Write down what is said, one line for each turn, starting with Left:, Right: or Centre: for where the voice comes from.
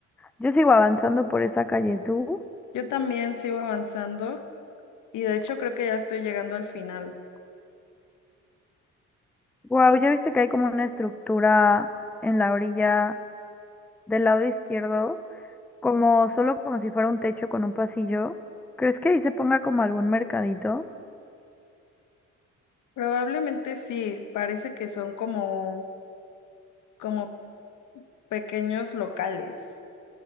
Centre: Yo sigo avanzando por esa calle, ¿tú?
Left: Yo también sigo avanzando y de hecho creo que ya estoy llegando al final.
Centre: Wow, ya viste que hay como una estructura en la orilla del lado izquierdo. Como solo como si fuera un techo con un pasillo. ¿Crees que ahí se ponga como algún mercadito?
Left: Probablemente sí, parece que son como, como pequeños locales.